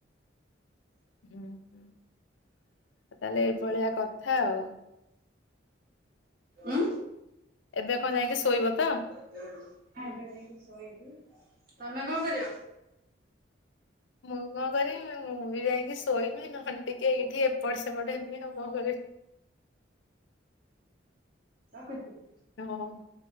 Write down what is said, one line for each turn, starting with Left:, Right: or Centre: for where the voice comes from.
Left: ହୁଁ। ହଁ ତାହେଲେ ଏଇଭଳିଆ କଥା ଆଉ।
Right: ଉଁ।
Left: ଏବେ କଣ ଯାଇକି ଶୋଇବ ତ?
Right: ଏବେ ଯାଇକି ଶୋଇବୁ। ତମେ କଣ କରିବ?
Left: ମୁଁ କଣ କରିବି ମୁଁ ବି ଯାଇକି ଶୋଇବି ନହେନେ ଟିକେ ଏଇଠି ଏପଟ ସେପଟ ଏମି ଆ, କଣ କରିବି?
Right: ରଖୁଛି।
Left: ହଁ ହଉ